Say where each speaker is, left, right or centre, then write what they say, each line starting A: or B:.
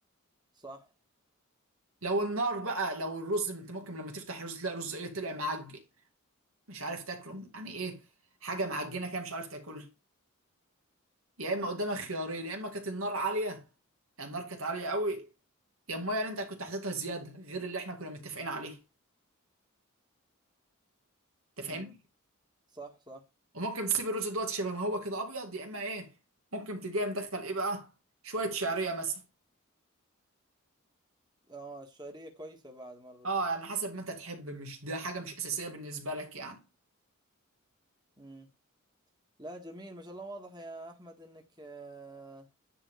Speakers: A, on the right; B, on the right.
A: صح
B: لو النار بقى لو الرز انت ممكن لما تفتح الرز تلاقي رز ايه طلع معجن مش عارف تاكله يعني ايه حاجه معجنه كده مش عارف تاكلها يا اما قدامك خيارين يا اما كانت النار عاليه يعني النار كانت عاليه قوي يا الميه اللي انت كنت حاططها زياده غير اللي احنا كنا متفقين عليه انت
A: مم.
B: فاهمني
A: صح صح
B: وممكن تسيب الرز دوت شبه ما هو كده ابيض يا اما ايه ممكن تجي مدخل ايه بقى شويه شعريه مثلا
A: اه الشعرية كويسة بعد ما الرز
B: اه يعني حسب ما انت تحب مش ده حاجه مش اساسيه بالنسبه لك يعني
A: مم. لا جميل ما شاء الله واضح يا احمد انك آه،